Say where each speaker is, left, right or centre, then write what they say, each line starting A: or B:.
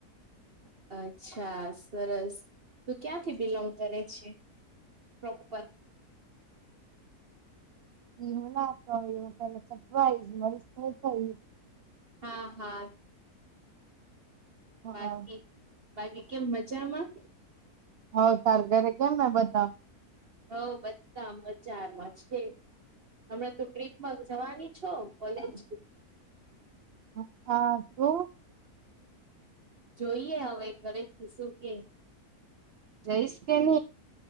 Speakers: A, on the right; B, on the right.
A: <unintelligible> અચ્છા સરસ તું ક્યાંથી બિલોંગ કરે છે પ્રોપર
B: એવું નાતો એ તને સરપ્રાઈઝ મળીશ ન કઈશ
A: હા હા
B: હા
A: બાકી બાકી કેમ મજામાં
B: હવ સાર ઘરે કેમ બધા
A: હઉ બધા બજારમાં છે હમણા તો ટ્રીપમાં જવાની છો કોલેજ
B: હ તોું
A: જોઈએ હવે ઘરે શું કે
B: જયસ કે ન